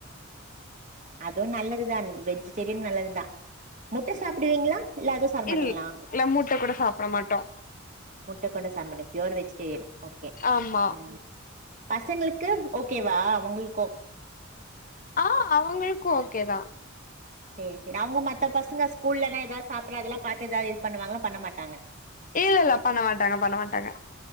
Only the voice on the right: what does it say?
அதுவு நல்லதுதா வெஜிடேரியனு நல்லதுதா முட்ட சாப்டுவீங்களா இல்ல அதுவு சாப்ட
மாட்டீங்களா
முட்ட கூட சாப்பட மாட்டிக பியூர் வெஜிடேரியன்
பசங்களுக்கு ஓகேவா அவுங்களுக்கு
சேரி சேரி அவுங்க மத்த பசங்க ஸ்கூல்லலல்லாம் எதாவது சாப்ழ்டற அதெல்லாம் வ் ஏதாவது பண்ணுவாங்களலாம் பண்ண மாட்டாங்க